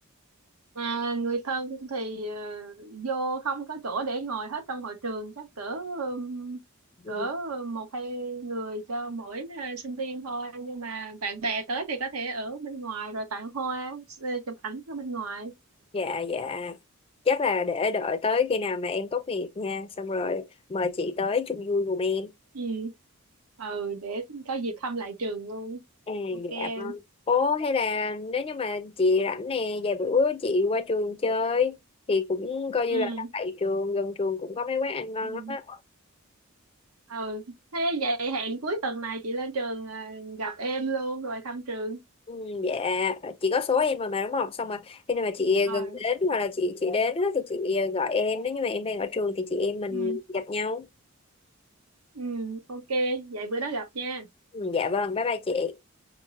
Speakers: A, on the right; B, on the left.
A: Mà người thân thì ờ, vô không có chỗ để ngồi hết trong hội trường chắc cỡ ừm,
B: Ừ.
A: cỡ một hai người cho mỗi ờ, sinh viên thôi nhưng mà bạn bè tới thì có thể ở bên ngoài rồi tặng hoa ờ, chụp ảnh ở bên ngoài
B: Dạ dạ. Chắc là để đợi tới khi nào mà em tốt nghiệp nha, xong rồi mời chị tới chung vui cùng em.
A: ừ. ừ để có dịp thăm lại trường luôn
B: À,
A: ok
B: dạ
A: em
B: vâng. Ồ hay là nếu như mà chị rảnh nè, vài bữa chị qua trường chơi thì cũng coi
A: ừ.
B: như là đang tại trường, gần trường cũng có mấy quán ăn ngon
A: ừ
B: lắm á.
A: ừ thế vậy hẹn cuối tuần này chị lên trường à, gặp em luôn rồi thăm trường
B: Ừ, dạ, chị có số em rồi mà đúng không? Xong rồi khi nào mà chị
A: rồi
B: gần đến hoặc là chị chị đến á, thì chị ờ, gọi em, nếu như mà em đang ở trường thì chị em mình
A: ừ
B: gặp nhau.
A: ừ ok vậy bữa đó gặp nha
B: Ừ, dạ vâng, bye bye chị.